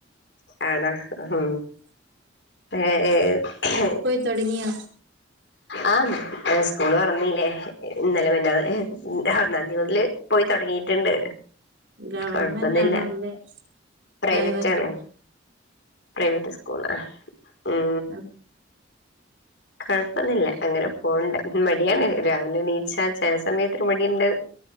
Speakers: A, on the left (about 60°); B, on the right (about 60°).
A: ആണ മ്ഹ് എ ഏ ഹേ
B: തൊടങ്ങിയോ
A: ആ ഏ സ്കൂള് തൊറന്നില്ലേ ഇന്നലെ പിന്നെ ഒന്നാം തീ മുതൽ പോയി തൊടങ്ങീട്ടുണ്ട്
B: ഗവൺമെന്റ്
A: കൊഴപ്പൊന്നില്ല
B: ആണോ അല്ലെ
A: പ്രൈവറ്റ്
B: പ്രൈവറ്റോ
A: ആണ് പ്രൈവറ്റ് സ് കൂളാ ഉം
B: ഉം
A: കൊഴപ്പൊന്നില്ല അങ്ങനെ പോണ്ട് മടിയാണ് രാവിലെ എണിച്ച ചെല സമയത്ത് ഒരു മടിയുണ്ട്.